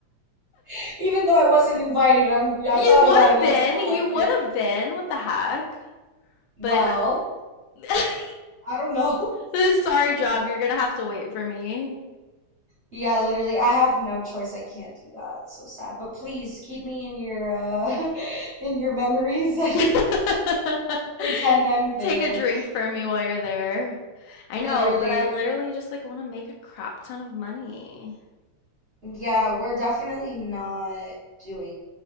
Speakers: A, on the right; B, on the left.
A: <laughs> even though I wasn't invited, I'm I
B: You
A: thought
B: would
A: about it
B: have
A: and
B: been.
A: I was like, well,
B: You
A: I
B: would
A: can't.
B: have been. What the heck?
A: Well,
B: but <laughs>
A: I don't know. <laughs>
B: this sorry job, you're gonna have to wait for me.
A: Yeah, literally, I have no choice. I can't do that. It's so sad. But please keep me in your uh <laughs> in your memories <laughs> at
B: <laughs>
A: least. Pretend I'm
B: Take
A: there.
B: a drink for me while you're there. I
A: Literally,
B: know, but I literally just like want to make a crap ton of money.
A: Yeah, we're definitely not doing